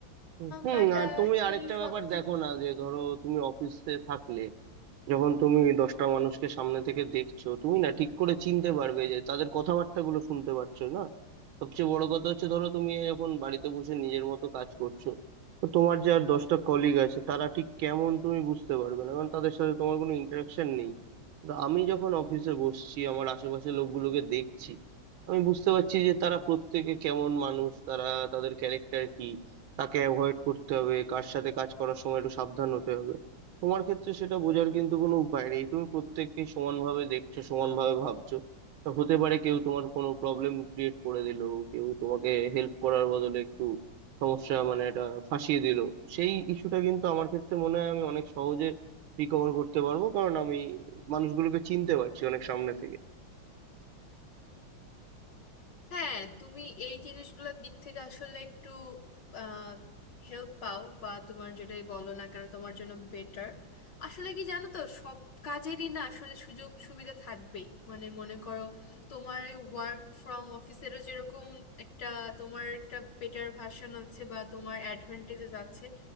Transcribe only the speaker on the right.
হুম, হুম
আর তুমি আরেকটা
ব্যাপার
দেখো না যে ধরো তুমি অফিসে থাকলে যখন তুমি দশটা মানুষকে সামনে থেকে দেখছো তুমি না ঠিক করে চিনতে পারবে যে তাদের কথাবার্তাগুলো শুনতে পারছো না সবচেয়ে বড় কথা হচ্ছে ধরো তুমি যখন বাড়িতে বসে নিজের মতো কাজ করছো তো তোমার যে আর দশটা কলিগ আছে তারা ঠিক কেমন তুমি বুঝতে পারবে না কারণ তাদের সাথে তোমার কোনো ইন্টারাকশন নেই তো আমি যখন অফিসে বসছি আমার আশেপাশে লোকগুলোকে দেখছি আমি বুঝতে পারছি যে তারা প্রত্যেকে কেমন মানুষ তারা তাদের ক্যারেক্টার কি তাকে অ্যাভয়েড করতে হবে কার সাথে কাজ করার সময় একটু সাবধান হতে হবে তোমার ক্ষেত্রে সেটা বোঝার কিন্তু কোনো উপায় নেই তুমি প্রত্যেককে সমানভাবে দেখছো সমানভাবে ভাবছো তো হতে পারে কেউ তোমার কোনো প্রবলেম ক্রিয়েট করে দিল কেউ তোমাকে হেল্প করার বদলে একটু সমস্যা মানে এটা ফাঁসিয়ে দিল সেই ইস্যুটা কিন্তু আমার ক্ষেত্রে মনে হয় আমি অনেক সহজে রিকভার করতে পারবো কারণ আমি মানুষগুলোকে চিনতে পারছি অনেক সামনে থেকে